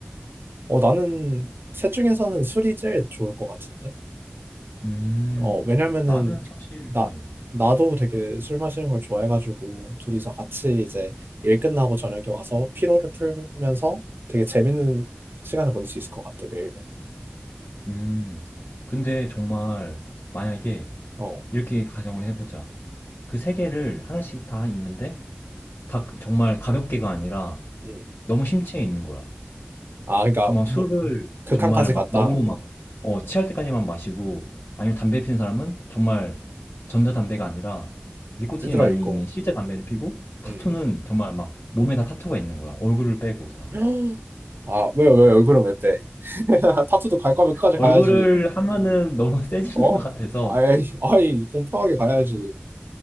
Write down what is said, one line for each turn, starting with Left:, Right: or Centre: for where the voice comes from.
Right: 어, 나는 셋 중에서는 술이 제일 좋을 것 같은데.
Left: 음,
Right: 어, 왜냐면은
Left: 나는 사실,
Right: 나
Left: 어,
Right: 나도 되게 술 마시는 걸 좋아해가지고 둘이서 같이 이제 일 끝나고 저녁에 와서 피로를 풀면서 되게 재밌는 시간을 보낼 수 있을 것 같아 매일매일.
Left: 음, 근데 정말 만약에
Right: 어,
Left: 이렇게 가정을 해보자. 그 세 개를 하나씩 다 있는데 다 정말 가볍게가 아니라
Right: 음.
Left: 너무 심취해 있는 거야.
Right: 아, 그러니까
Left: 정말 술을
Right: 뭐, 극한까지
Left: 정말 막
Right: 갔다
Left: 너무 막 어, 취할 때까지만 마시고 아니면 담배 피는 사람은 정말 전자담배가 아니라 니코틴이
Right: 찌들어
Left: 많이
Right: 있고.
Left: 있는 실제 담배를 피고 타투는
Right: 음.
Left: 정말 막 몸에 다 타투가 있는 거야. 얼굴을 빼고 다.
Right: <gasps> 아, 왜요, 왜요? 얼굴은 왜 빼? <laughs> 타투도 갈 거면 끝까지
Left: 얼굴을
Right: 가야지.
Left: 하면은 너무 <laughs> 세지는
Right: 어?
Left: 것 같아서
Right: 아이, 아이, 공평하게 가야지.